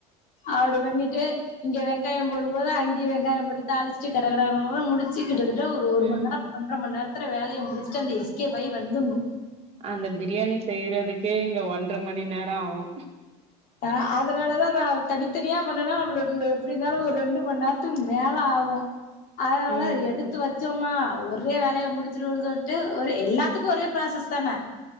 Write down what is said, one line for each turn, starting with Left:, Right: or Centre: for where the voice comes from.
Left: அப்டி பண்ணிட்டு இங்க வெங்காயோ போடும் போது அங்கே வெங்காயம் போட்டு தாளிச்சி கட கட கடன்னு முடிச் ச்சி கிட்டத்தட்ட ஒரு ஒரு
Right: ம்
Left: மணி நேரோ ஒன்ற மணி நேரத்துல வேலைய முடிச்சுட்டு அந்த எஸ்கே பாயி வந்துர்ணு
Right: அந்த பிரியாணி செய்யறதுக்கே இங்க ஒன்றர மணி நேரோ ஆவு
Left: ஆ அதனால தா நா தனித்தனியா பண்ணேனா நம்மளுக்கு எப்பிடி இருந்தாலு ஒரு ரெண்டு மணி நேரத்துக்கு மேலே ஆகு அதனாலதா
Right: ம்
Left: எடுத்து வச் சசோமா ஒரே வேலய முடிச்சிரவோன்னு சொல்ட்டு ஒரே எல்லாத்துக்கு ஒரே ப்ராசஸ் தான